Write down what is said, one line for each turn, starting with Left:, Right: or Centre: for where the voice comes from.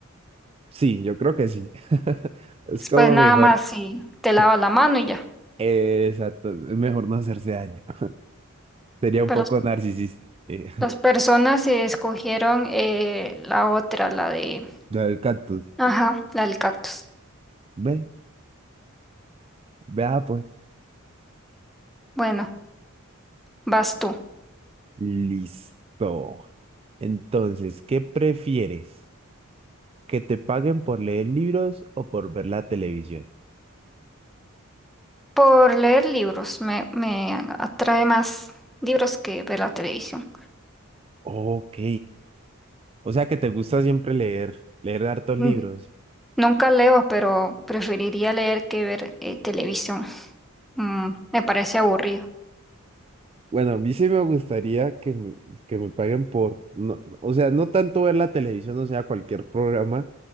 Right: Sí, yo creo que sí. <laughs> Es
Centre: Después
Right: como
Centre: nada
Right: mejor.
Centre: más si te
Right: <laughs>
Centre: lavas la mano y ya.
Right: Exacto, es mejor no hacerse daño. <laughs> Sería un
Centre: Pero
Right: poco
Centre: las,
Right: narcisista. Eh,
Centre: las personas eh, escogieron eh, la otra, la de...
Right: <laughs> lo del cactus.
Centre: Ajá, la del cactus.
Right: Ve, vea pues.
Centre: Bueno, vas tú.
Right: Listo. Entonces, ¿qué prefieres? ¿Que te paguen por leer libros o por ver la televisión?
Centre: Por leer libros, me, me atrae más libros que ver la televisión.
Right: Ok. O sea que te gusta siempre leer, leer hartos
Centre: Mm,
Right: libros.
Centre: Nunca leo, pero preferiría leer que ver eh, televisión. Mm, me parece aburrido.
Right: Bueno, a mí sí me gustaría que me, que me paguen por, no, o sea, no tanto ver la televisión, o sea, cualquier programa,